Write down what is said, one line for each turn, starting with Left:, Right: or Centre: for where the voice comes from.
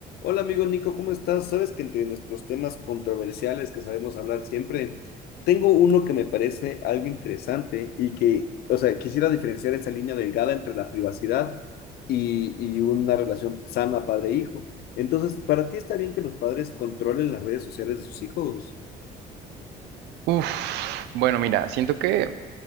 Left: Hola amigo Nico, ¿cómo estás? Sabes que entre nuestros temas controversiales que sabemos hablar siempre, tengo uno que me parece algo interesante y que, o sea, quisiera diferenciar esa línea delgada entre la privacidad y, y una relación sana padre-hijo. Entonces, ¿para ti está bien que los padres controlen las redes sociales de sus hijos?
Right: Uf, bueno, mira, siento que,